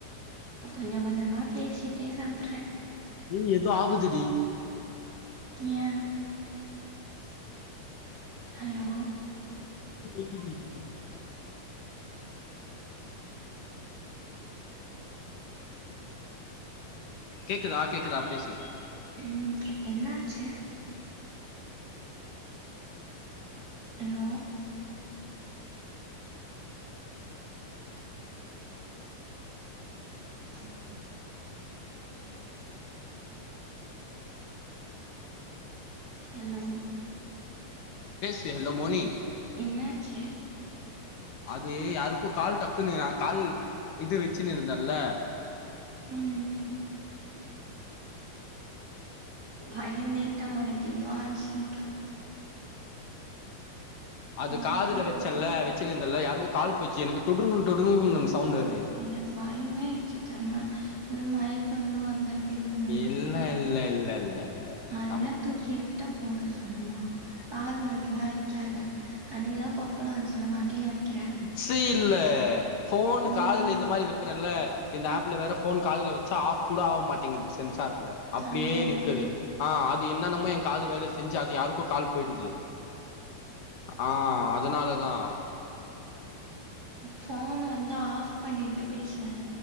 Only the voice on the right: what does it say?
கொஞ்சோ கொஞ்சோமா பேசிட்டே சாப்ட்றே
ஏ ஹலோ
ம் என்னாச்சு ஹலோ <inaudible> ஹலோ
என்னாச்சு
ம் பயந்தேட்டா உனக்கு எதோ ஆச்சுன்ட்டு
மயக்காது
எனக்கு பயமே இச்சு தருமா எதுவும் மயக்கம் எது வருதா <unintelligible>
அதெல்லா
தூக்கி எரி கிட்ட போடு சும்மா காதுல வைக்கல வைக்காத அன்னைக்குதா கொப்பலோ வந்துச்சு இல்ம அப்பின்னு வைக்கிரே
ம்
ஆமா ஆமா
போன் வந்தா ஆஃப் பண்ணிட்டு பேசு